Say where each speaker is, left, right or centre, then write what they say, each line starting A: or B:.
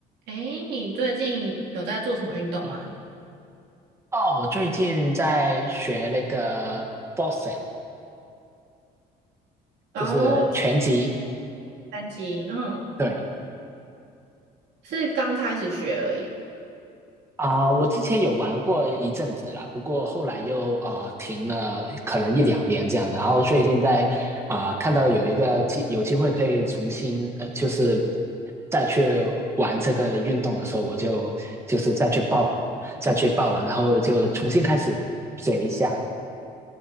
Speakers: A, on the right (about 80°); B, on the right (about 15°).
A: 诶，你最近有在做什么运动吗？
B: 哦，我最近在学那个 boxing，
A: 然后
B: 就是拳击。
A: 拳击，嗯，
B: 对
A: 是刚开始学而已。
B: 啊、我之前有玩过一阵子啦，不过后来又呃停了，可能一两年这样。然后最近在啊、看到有一个机有机会可以重新呃，就是再去玩这个运动的时候，我就就是再去报了，再去报了，然后就重新开始学一下。